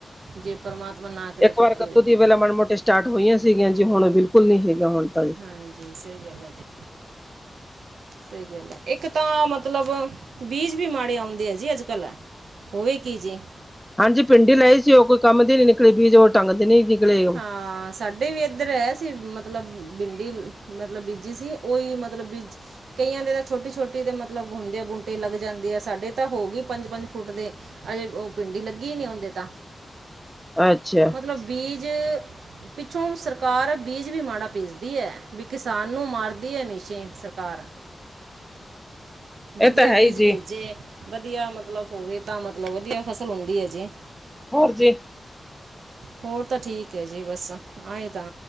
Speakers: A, on the right; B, in the centre.
A: ਜੇ ਪਰਮਾਤਮਾ ਨਾ ਕਰੇ
B: ਇੱਕ
A: ਫਿਰ
B: ਵਾਰ
A: ਕੀ
B: ਕਦੋਂ
A: ਹੋਏਗੀ
B: ਦੀ ਪਹਿਲਾਂ
A: ਜੀ।
B: ਮਾੜੇ ਮੋਟੇ ਸਟਾਰਟ ਹੋਈਆਂ ਸੀਗੀਆਂ ਜੀ ਹੁਣ ਉਹ ਬਿਲਕੁਲ ਨੀ ਹੈਗਾ ਹੁਣ ਤਾਂ ਜੀ।
A: ਹਾਂਜੀ ਸਹੀ ਗੱਲ ਐ ਜੀ। ਸਹੀ ਗੱਲ ਐ ਇੱਕ ਤਾਂ ਮਤਲਬ ਬੀਜ ਵੀ ਮਾੜੇ ਆਉਦੇ ਆ ਜੀ ਅੱਜ ਕੱਲ ਹੋਵੇ ਕੀ ਜੇ,
B: ਹਾਂਜੀ ਪਿੰਡੀ ਲਾਈ ਸੀ ਉਹ ਕੋਈ ਕੰਮ ਦੀ ਨੀ ਨਿਕਲੀ ਬੀਜ ਤੰਗ ਦੇ ਨੀ ਨਿਕਲੇ ਉਹ।
A: ਹਾਂ, ਸਾਡੇ ਵੀ ਇੱਧਰ ਐ ਸੀ ਮਤਲਬ ਬਿੰਡੀ ਮਤਲਬ ਬੀਜੀ ਸੀ ਉਹੀ ਮਤਲਬ ਬੀਜ ਕਈਆਂ ਦੇ ਤਾਂ ਛੋਟੀ ਛੋਟੀ ਦੇ ਮਤਲਬ ਹੁੰਦੇ ਆ ਬੂੰਟੇ ਲੱਗ ਜਾਂਦੇ ਆ ਸਾਡੇ ਤਾਂ ਹੋ ਗਈ ਪੰਜ ਪੰਜ ਫੁੱਟ ਦੇ ਹਜੇ ਉਹ ਭਿੰਡੀ ਲੱਗੀ ਨੀ ਔਦੇ ਤਾਂ
B: ਅੱਛਾ,
A: ਮਤਲਬ ਬੀਜ ਪਿੱਛੋਂ ਸਰਕਾਰ ਬੀਜ ਵੀ ਮਾੜਾ ਭੇਜਦੀ ਹੈ ਵੀ ਕਿਸਾਨ ਨੂੰ ਮਾਰਦੀ ਐ ਹਮੇਸ਼ੇ ਸਰਕਾਰ
B: ਇਹ
A: ਵਧੀਆ
B: ਤਾਂ ਹੈ
A: ਬੀਜ
B: ਹੀ ਜੀ
A: ਭੇਜੇ ਵਧੀਆ ਮਤਲਬ ਹੋਵੇ ਤਾਂ ਮਤਲਬ ਵਧੀਆ ਫਸਲ ਹੁੰਦੀ ਐ ਜੀ।
B: ਹੋਰ ਜੀ?
A: ਹੋਰ ਤਾਂ ਠੀਕ ਐ ਜੀ ਬਸ ਆਏ ਤਾਂ,